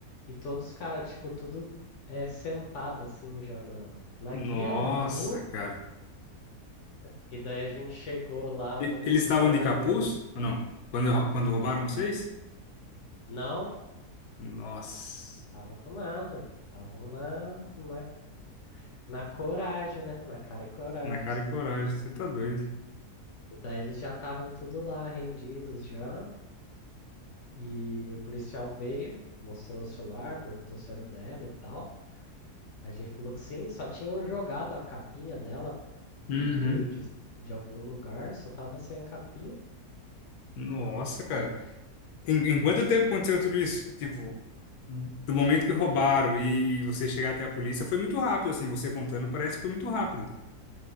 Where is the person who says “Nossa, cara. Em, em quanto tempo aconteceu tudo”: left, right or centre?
Left